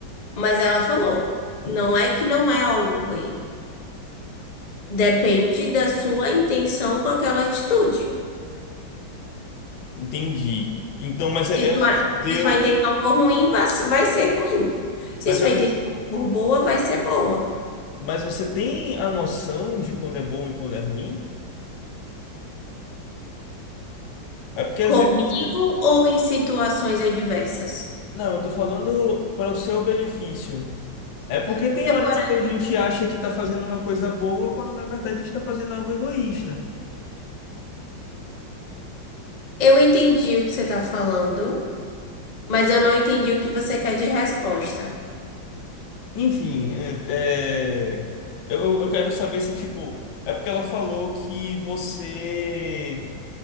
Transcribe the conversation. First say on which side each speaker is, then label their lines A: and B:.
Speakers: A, on the left; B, on the left.
A: Mas ela falou, não é que não é algo ruim. Depende da sua intenção com aquela atitude.
B: entendi. Então, mas
A: Se
B: é, ela
A: sua,
B: te deu.
A: se sua intenção for ruim, vai, vai ser ruim. Se
B: Mas
A: sua
B: ela.
A: intenção for boa, vai ser boa.
B: Mas você tem a noção de quando é bom e quando é ruim? É porque às
A: Comigo
B: vezes.
A: ou em situações adversas?
B: Não, eu tô falando para o seu benefício. É porque
A: Porque,
B: tem horas
A: por-
B: que a gente acha que tá fazendo uma coisa boa, quando na verdade está fazendo algo egoísta.
A: eu entendi o que você está falando. Mas eu não entendi o que você quer de resposta.
B: Enfim, é, é, eu, eu quero saber se, tipo, é porque ela falou que você